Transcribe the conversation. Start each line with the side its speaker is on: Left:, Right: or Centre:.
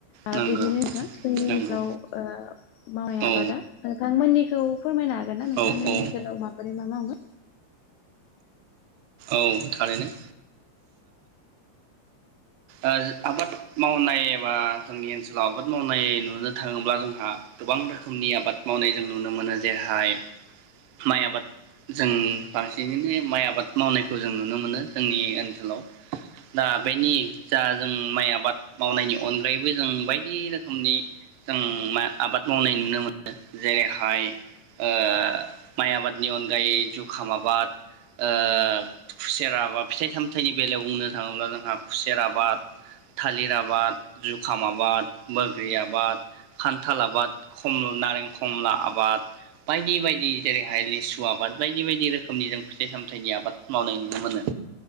Left: आ
Right: नंगौ
Left: बिदिनो
Right: नंगौ
Left: नोंथां जोंनि
Right: नंगौ
Left: ओनसोलाव ओ मावनाय
Right: औ
Left: आबादा। नोंथांमोननिखौ फोरमायनो हागोन ना नोंथांमोननि
Right: औ औ
Left: ओनसोलाव माबोरै मा मावो?
Right: औ थारैनो आ आबाद मावनाय एबा जोंनि ओनसोलाव आबाद मावनाय नुनो थाङोब्ला जोंहा गोबां रोखोमनि आबाद मावनाय जों नुनो मोनो जेरहाय माइ आबाद जों बांसिनैनो माइ आबाद मावनायखौ जों नुनो मोनो जोंनि ओनसोलाव दा बेनि जा जों माइ आबाद मावनायनि अनगायैबो जों बायदि रोखोमनि जों माइ आबाद मावनाय नुनो मोनो जेरैहाय ओ माइ आबादनि अनगायै जुखाम आबाद ओ खुसेराबा फिथाइ सामथाइनि बेलायाव बुंनो थाङोब्ला जोंहा खु सेर आबाद थालिर आबाद जुखाम आबाद बग्रि आबाद खान्थाल आबाद नारें खमला आबाद बायदि बायदि जेरैहाय लिसु आबाद बायदि बायदि रोखोमनि जों फिथाइ सामथाइनि आबाद मावनाय नुनो मोनो